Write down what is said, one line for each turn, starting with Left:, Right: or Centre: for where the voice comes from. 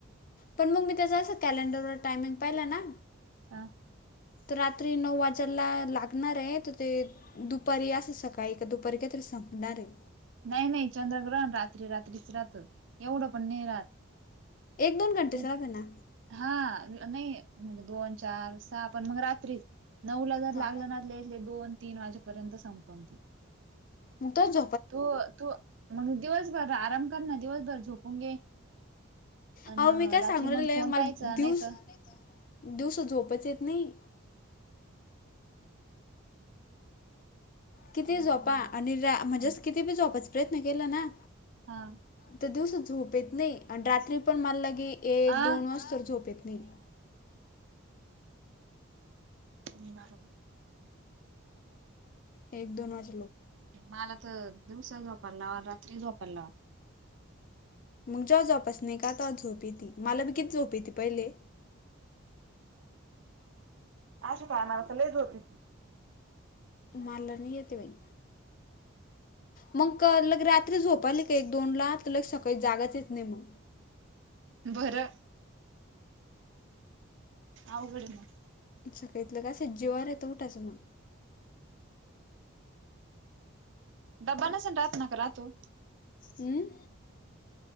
Left: पण मग मी त्याच असं कॅलेंडरवर टायमिंग पाहिलं ना...
Right: हा
Left: तर रात्री नऊ वाजाला लागणार आहे तर ते दुपारी असं सकाळी एक दुपारी का तरी संपणारे.
Right: नाही नाही चंद्रग्रहण रात्री रात्रीच राहत. एवढं पण ने राात
Left: एक दोन घंटेच
Right: तू
Left: राहते ना
Right: हा नाही म्हणजे दोन चार सहा पण मग रात्री. नऊ ला जर
Left: हां
Right: लागलं ना लले दोन तीन वाजेपर्यंत संपतील.
Left: मुतच
Right: तो तू मग दिवसभर आराम कर ना दिवसभर झोपून घे. अ
Left: अहो मी काय
Right: रात्री
Left: सांगू राहिले
Right: मग फोन
Left: मला
Right: पाहायचा नाहीत.
Left: दिवस दिवस झोपच येत नाही. किती
Right: बरोबर
Left: झोपा
Right: मग
Left: आणि रा म्हणजे
Right: हा
Left: अस किती बी झोपायचा प्रयत्न केला ना.
Right: हा
Left: तर दिवस झोपेत नाही आणि रात्री पण मला लागे एक दोन
Right: आ
Left: वाज तर झोपेत नाही.
Right: ह बर
Left: एक दोन वाज
Right: मला तर दिवसा झोपरला रात्री झोपरला.
Left: मग जो्हा जोपास नाही का तो्हा झोप त मला ब कि झोपे त पहिले.
Right: अशा पाणार लच होती ती
Left: मारला नाही येत बाई. मग लग रात्री झोपाली का एक दोन ला तर लग सकाळी जागाच येत नाही मग.
Right: बरं. अघड हाय मग.
Left: सकळतलं का सज्जिवार येतो उठाच मग.
Right: ड्बा नसे राहत नाका रा तो.
Left: हम